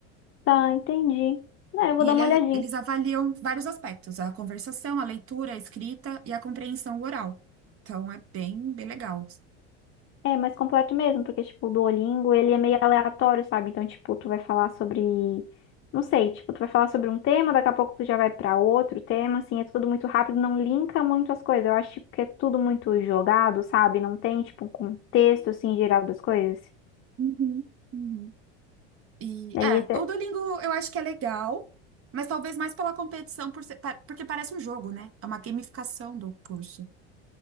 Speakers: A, on the left; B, on the right.
A: Tá, entendi. Não, eu vou
B: E
A: dar
B: ele-
A: uma olhadinha.
B: eles avaliam vários aspectos: a conversação, a leitura, a escrita e a compreensão oral. Então é bem, bem legal.
A: É mais completo mesmo, porque, tipo, o Duolingo, ele é meio aleatório, sabe? Então, tipo, tu vai falar sobre... Não sei, tipo, tu vai falar sobre um tema, daqui a pouco tu já vai pra outro tema, assim, é tudo muito rápido, não linka muito as coisas. Eu acho, tipo, que é tudo muito jogado, sabe? Não tem, tipo, um contexto, assim, geral das coisas.
B: Uhum, uhum. E
A: Daí
B: é,
A: até-
B: o Duolingo eu acho que é legal, mas talvez mais pela competição, por ser- pa- porque parece um jogo, né? É uma gamificação do curso.